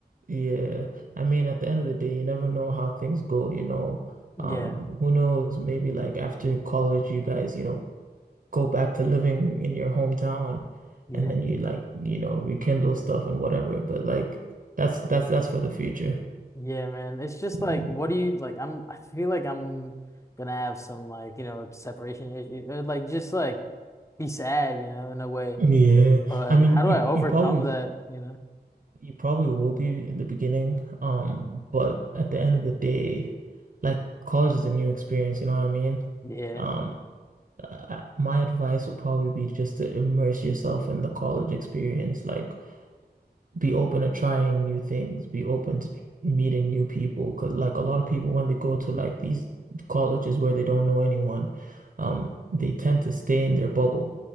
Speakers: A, on the right (about 55°); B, on the left (about 15°).
A: yeah. I mean, at the end of the day, you never know how things go, you know.
B: Yeah,
A: Um, who knows? Maybe like after college, you guys, you know, go back to living in your hometown,
B: yeah,
A: and then you like, you know, rekindle stuff and whatever. But like, that's that's that's for the future.
B: yeah, man. It's just
A: Mm,
B: like, what do you like? I'm I feel like I'm gonna have some like you know separation issue, or, like just like be sad, you know, in a way.
A: Yeah,
B: But
A: I mean,
B: how
A: you
B: do I overcome
A: you probably
B: that, you know?
A: You probably will be in the beginning, um, but at the end of the day, like college is a new experience, you know what I mean?
B: Yeah.
A: Um, I, I- my advice would probably be just to immerse yourself in the college experience. Like, be open to trying new things, be open to meeting new people. Because like a lot
B: Mm-hmm.
A: of people, when they go to like these colleges where they don't know anyone, um, they tend to stay in their bubble.